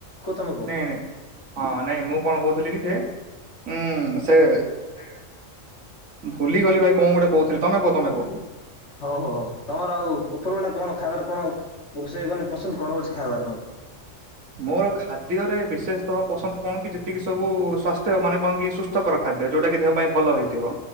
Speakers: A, on the left; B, on the right.
A: କୁହ ତମେ କୁହ
B: ନାଇଁ ନାଇଁ ହଁ ନାଇଁ ମୁଁ କଣ କହୁଥିଲି କି ଯେ ଉଁ ସେ
A: ହୁଁ
B: ଭୁଲିଗଲି ଭାଇ କଣ ଗୋଟେ କହୁଥିଲି ତମେ କୁହ ତମେ କୁହ।
A: ହଉ ହୋ ତମର ଆଉ ଉପପର ବଳା କଣ ଖାଇବାର କଣ ରୋଷେଇ ମାନେ ପସନ୍ଦ କଣ ହଉଛି ଖାଇବାର ତମକୁ।
B: ମୋର ଖାଦ୍ୟରେ ବିଶେଷତଃ ପସନ୍ଦ କଣ କି ଯେତିକି ସବୁ ସ୍ୱାସ୍ଥ୍ୟ ମାନେ କଣ କି ସୁସ୍ଥକର ଖାଦ୍ୟ ଯୋଉଟା କି ଦେହ ପାଇଁ ଭଲ ହେଇଥିବ।